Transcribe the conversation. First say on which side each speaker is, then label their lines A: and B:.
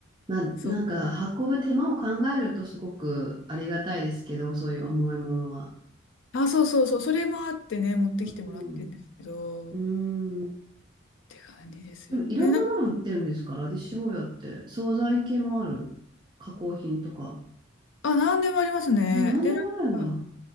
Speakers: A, on the right; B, on the left.
A: まあ、
B: そう。
A: なんか、運ぶ手間を考えるとすごくありがたいですけど、そういう重いものは。
B: あ、そうそうそう、それもあってね、持ってきてもらってるんですけど、
A: うん。うん。
B: って感じですよね。
A: でも、いろんなもの売ってるんですから、
B: え、なんか、
A: ラディッシュ坊やって。惣菜系もある。加工品とか。
B: あ、なんでもありますね。
A: あ、なんでもあるんだ。
B: で、なんか、